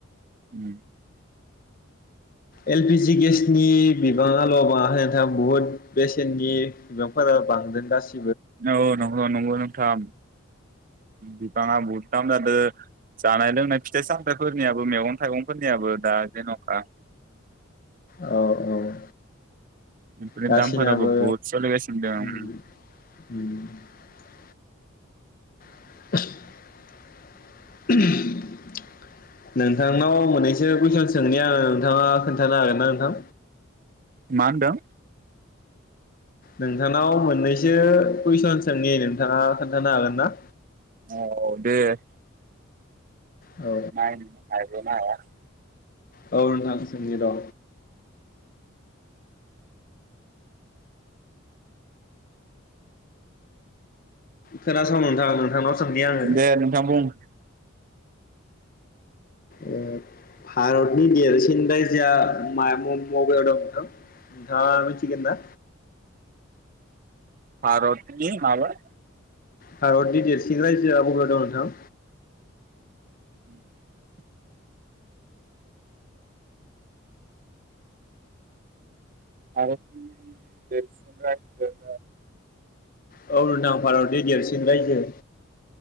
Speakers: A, on the right; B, on the left.
A: <inaudible>
B: एलपिजि गेसनि बिबाङाल' बाङाखै नोंथां बुहुद बेसेननि बिबांफोरा बांदों गासिबो
A: औ औ नंगौ नंगौ नोंथां । <unintelligible> बुहुद दाम जादों जानाय लोंनाय फिथाइ सामथायफोरनियाबो मैगं थाइगं फोरनियाबो दा जेन'खा
B: औ औ ।
A: बेफोरनि
B: गासिनाबो
A: दामफोराबो बहुद सोलिगासिनो दं
B: उम उम । <unintelligible> नोंथांनाव मोननैसो कुइसन सोंनि आं नोंथाङा खोन्थानो हागोन ना नोंथां?
A: मा होनदों?
B: नोंथांनाव मोननैसो कुइसन सोंनि नोंथाङा खोन्थानो हागोन ना?
A: औ दे ।
B: औ
A: नायनि‌ हायोना‌ हाया ।
B: औ नोंथां सोंनि र' खोनासं नोंथाङा नोंथांनाव सोंनि आङो
A: दे नोंथां बुं ।
B: ओ भारतनि देरसिन रायजोआ मा बब बेयाव दं नोंथां नोंथाङा मिथिगोन ना?
A: भारतनि मामोन?
B: भारतनि देरसिन सिन‌ रायजोआ बबेयाव दं नोंथां?
A: <inaudible> आरो <unintelligible>
B: औ <unintelligible> भारतनि देरसिन रायजो